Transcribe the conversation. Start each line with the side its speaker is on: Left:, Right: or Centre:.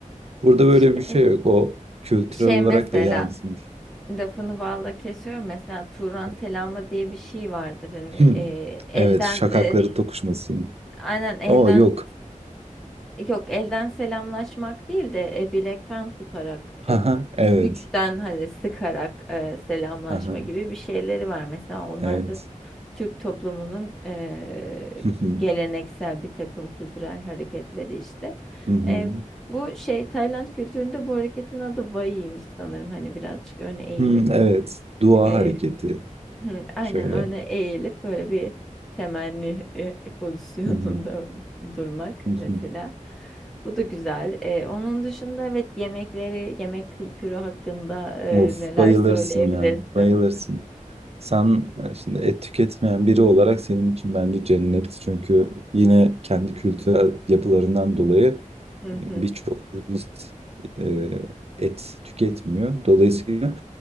Right: Burada böyle
Centre: Şey,
Right: bir şey yok. O kültürel
Centre: şey
Right: olarak
Centre: mesela
Right: da yansımış.
Centre: lafını balla kesiyorum mesela Turan
Right: <clears throat>
Centre: selamı diye bir şey vardır hani
Right: Hmm.
Centre: e, elden
Right: Evet, şakakları
Centre: e,
Right: tokuşması.
Centre: aynen elden
Right: O yok.
Centre: yok elden selamlaşmak değil de e, bilekten tutarak
Right: Haha,
Centre: e,
Right: Evet.
Centre: güçten hani sıkarak e, selamlaşma
Right: Haha,
Centre: gibi bir şeyleri var mesela onlar
Right: Evet.
Centre: da Türk toplumunun eee,
Right: Hı hı,
Centre: geleneksel bir takım kültürel hareketleri işte.
Right: hı hı.
Centre: Eee, bu şey Tayland kültüründe bu hareketin adı Vai'ymiş sanırım. Hani birazcık öne eğilip
Right: Hmm, Evet. Dua
Centre: eee,
Right: hareketi.
Centre: hı, aynen
Right: Şöyle.
Centre: öne eğilip böyle bir temenni e, pozisyonunda
Right: Hı hı,
Centre: <laughs> durmak
Right: hı hı.
Centre: mesela. Bu da güzel. Eee, onun dışında evet yemekleri, yemek kültürü hakkında eee,
Right: Of,
Centre: neler
Right: bayılırsın
Centre: söyleyebilirsin?
Right: ya. Bayılırsın. Sen e, şimdi et tüketmeyen biri olarak senin için bence cennet. Çünkü yine kendi kültürel yapılarından dolayı
Centre: Hı
Right: birçok
Centre: hı.
Right: turist e, et tüketmiyor. Dolayısıyla